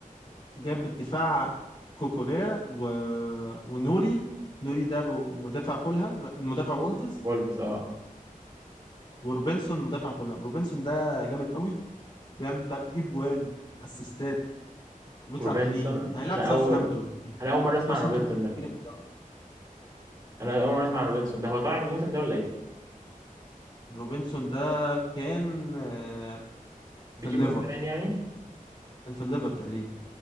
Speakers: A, on the left (about 35°); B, on the right (about 25°).
A: جايب الدفاع كوكوريا و... ونوري نوري ده مدافع فولهام مدافع وولفز
B: وولفز اه آه.
A: وروبنسون مدافع فولهام روبنسون ده جامد قوي بيعمل بقى بيجيب جوان اسيستات وبيطلع
B: روبنسون
A: كلين هيلعب
B: انا
A: ساوثهامبتون
B: اول انا اول مره اسمع
A: ساوثهامبتون
B: عن روبنسون
A: دي الأخيرة
B: ده
A: في الدوري
B: انا اول مره اسمع عن روبنسون ده هو طالع من الموسم ده ولا ايه
A: روبنسون ده كان آه،
B: بيجيبه
A: في الليفر
B: من زمان يعني
A: كان في الليفر تقريبا